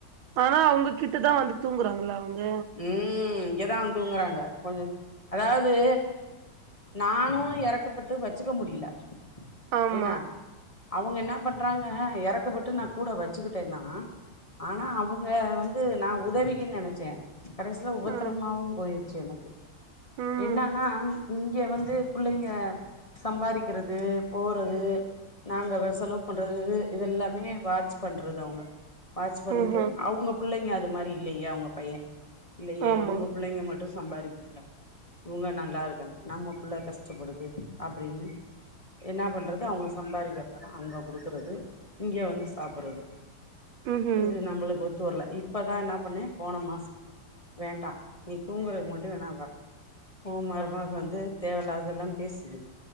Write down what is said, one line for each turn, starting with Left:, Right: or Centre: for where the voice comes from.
Right: ஆனா அவுங்ககிட்டதா வந்து தூங்கறாங்ளா அவுங்க
Left: ம் இங்கதா வந்து தூங்கறாங்க கொஞ்சோ அதாவுது நானு எறக்கப்பட்டு வெச்சுக்க முடில
Right: ஆமா.
Left: என்ன அவுங்க என்னா பண்றாங்க எறக்கப்பட்டு நா கூட வெச்சுக்கிட்டேனா ஆனா அவுங்க வந்து நா உதவிகினு நெனச்சேன் கடைசில உபத்திரமாவும்
Right: ம்,
Left: போயிருச்சு எனக்கு
Right: ம்.
Left: என்னானா இங்க வந்து புள்ளைங்க சம்பாரிக்கிறது போறது நாங்க வெ செலவு பண்றது இது எல்லாமே வாட்ச் பண்றது அவுங்க வாட்ச் பண்ணிட்டு
Right: ம்ஹ்ம்.
Left: அவுங்க புள்ளைங்க அது மாரி இல்லையே அவுங்க பையன் இல்லையே
Right: ஆமா.
Left: இவுங்க புள்ளைங்க மட்டு சம்பாறிக்குதுங்க இவுங்க நல்லா இருக்காங்க நம்ம புள்ள கஷ்டப்படுது அப்டின்னு என்னா பண்றது அவுங்க சம்பாரிக்கறதல்லா அங்க குடுக்கறது இங்க வந்து சாப்பறது
Right: ம்ஹ்ம்.
Left: இது நம்மளுக்கு ஒத்து வர்ல இப்பதா என்னா பண்ண போன மாசோ வேண்டா நீ தூங்கறதுக்கு மட்டு வேணா வா உன் மருமக வந்து தேவயில்லாதெல்லா பேசுது